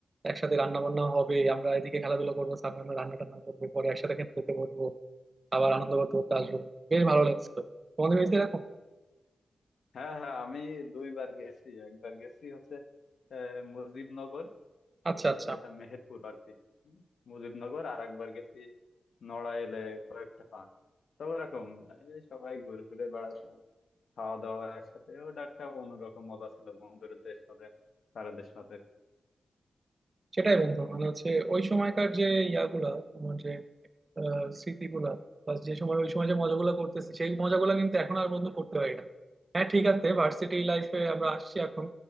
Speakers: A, on the right (about 30°); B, on the left (about 85°).
A: একসাথে রান্না বান্না হবে আমরা এদিকে খেলাধুলা করবো সামনে আমরা রান্না টান্না করবো পরে একসাথে খেতে যেতে বলবো আবার আনন্দ করতে করতে আসবো বেশ ভালো লাগছিল তোমাদের হয়েছে এরকম
B: হ্যাঁ হ্যাঁ আমি দুইবার গেছি একবার গেছি হচ্ছে আহ, মুজিবনগর
A: আচ্ছা
B: আহ,
A: আচ্ছা
B: যেটা মেহেরপুর আর কি হুম, মুজিবনগর আর একবার গেছি নড়াইলে কয়েকটা পার্ক তো ওরকম এই সবাই ঘুরে টুরে বেড়াতাম খাওয়া দাওয়া একসাথে ওটা একটা অন্যরকম মজা ছিল বন্ধুদের সাথে স্যারদের সাথে
A: সেটাই বন্ধু মানে হচ্ছে ওই সময়কার যে ইয়াগুলা তোমার যে আহ স্মৃতিগুলা বা যে সময় ওই সময় যে মজাগুলো করতেছি সেই মজাগুলো কিন্তু এখন আর বন্ধু করতে পারি না হ্যাঁ ঠিক আছে ভার্সিটি লাইফে আমরা আসছি এখন